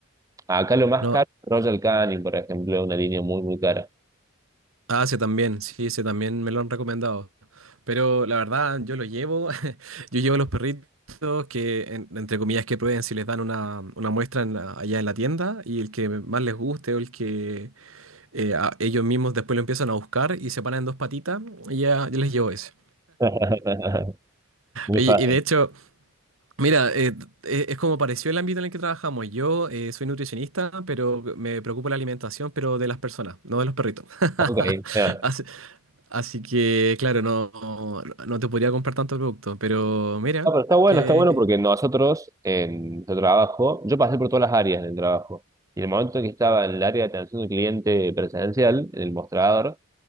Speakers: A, on the right; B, on the right.
A: acá lo más
B: No.
A: caro, Royal Canin, por ejemplo, una línea muy, muy cara.
B: Ah, sí, también, sí, sí, también me lo han recomendado. Pero la verdad, yo lo llevo, <laughs> yo llevo los perritos que, en- entre comillas, que prueben si les dan una, una muestra en la- allá en la tienda y el que más les guste o el que eh, a- ellos mismos después lo empiezan a buscar y se paran en dos patitas, y ya, yo les llevo ese.
A: <laughs> Muy
B: Oye,
A: fácil.
B: y de hecho, mira, eh, t- eh, es como pareció el ámbito en el que trabajamos. Yo eh, soy nutricionista, pero me preocupa la alimentación, pero de las personas, no de los perritos. <laughs>
A: Ok, ya.
B: Así, Así que, claro, no, no, no te podría comprar tanto producto, pero mira,
A: Ah, pero está bueno,
B: que...
A: está bueno
B: que-
A: porque nosotros en nuestro trabajo, yo pasé por todas las áreas del trabajo. Y en el momento que estaba en el área de atención al cliente presencial, en el mostrador,